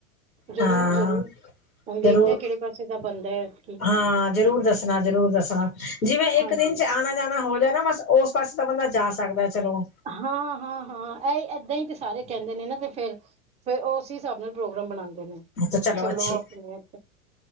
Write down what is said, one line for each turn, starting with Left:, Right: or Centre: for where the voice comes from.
Right: ਜ਼ਰੂਰ
Left: ਹਾਂ
Right: ਜ਼ਰੂਰ ਹੁਣ ਦੇਖਦੇ
Left: ਜ਼ਰੂਰ,
Right: ਹਾਂ ਕਿਹੜੇ ਪਾਸੇ ਦਾ ਬਣਦਾ ਐਤਕੀ
Left: ਹਾਂ ਜ਼ਰੂਰ ਦੱਸ ਦਸਨਾ ਜ਼ਰੂਰ ਦੱਸਣਾ, ਜਿਵੇਂ ਇੱਕ
Right: ਹਾਂਜੀ
Left: ਦਿਨ 'ਚ ਆਣਾ ਜਾਣਾ ਹੋ ਜਾਏ ਨਾ ਬਸ, ਉਸ ਪਾਸੇ ਤਾਂ ਬੰਦਾ ਜਾ ਸਕਦਾ ਚਲੋ।
Right: ਹਾਂ, ਹਾਂ, ਹਾਂ ਏਈ ਏਦਾਂ ਹੀ ਤੇ ਸਾਰੇ ਕਹਿੰਦੇ ਨੇ ਨਾ ਤੇ ਫੇਰ ਫੇਰ ਉਹ ਉਸੀ ਹਿਸਾਬ ਨਾਲ ਪ੍ਰੋਗਰਾਮ ਬਣਾਂਦੇ ਨੇ।
Left: ਹੁਨ ਤਾਂ
Right: ਕਿ
Left: ਚਲੋ ਅਛੇ
Right: ਆਪਣੇ